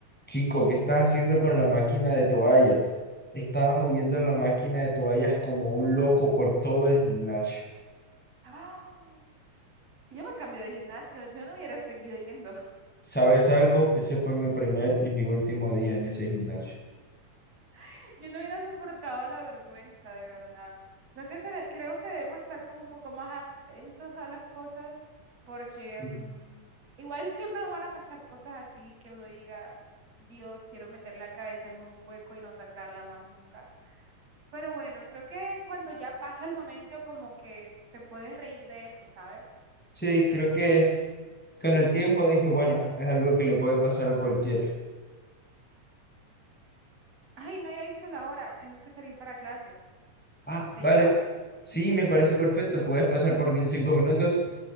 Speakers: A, in the centre; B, on the right.
A: Chico, ¿qué estás haciendo con la máquina de toallas? Estaba moviendo la máquina de toallas como un loco por todo el gimnasio.
B: <gasps> ¡ah! Yo me cambio de gimnasio, yo no hubiera seguido yendo,
A: ¿Sabes algo? Ese fue mi primer y mi último día en ese gimnasio.
B: <laughs> yo no hubiera soportado la vergüenza, de verdad. Creo que, te- creo que debemos estar como un poco más atentos a las cosas porque
A: Sí,
B: mm, igual siempre nos van a pasar cosas así que uno diga, Dios, quiero meter la cabeza en un hueco y no sacarla más nunca. Pero bueno, creo que cuando ya pasa el momento como que te puedes reír de eso, ¿sabes?
A: Sí, creo que con el tiempo dije, bueno, es algo que le puede pasar a cualquiera.
B: Ay, no había visto la hora. Tengo que salir para clases.
A: Ah,
B: ¿Te
A: vale.
B: llevo?
A: Sí, me parece perfecto. ¿Puedes pasar por mí en cinco minutos?